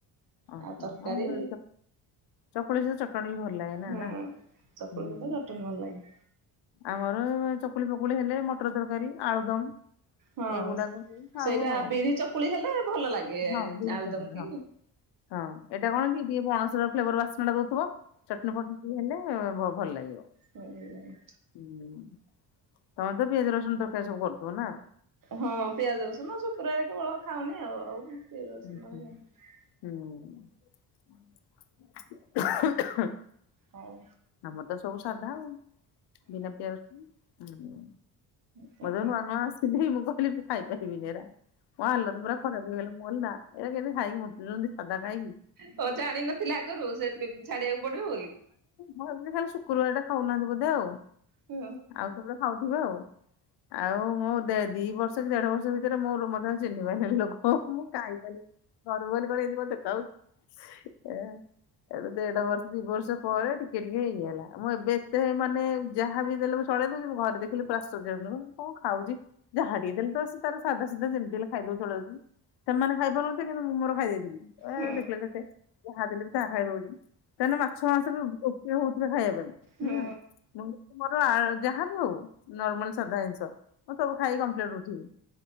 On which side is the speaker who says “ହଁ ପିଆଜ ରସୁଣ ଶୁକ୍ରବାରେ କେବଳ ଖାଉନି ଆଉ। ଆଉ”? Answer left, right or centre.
Right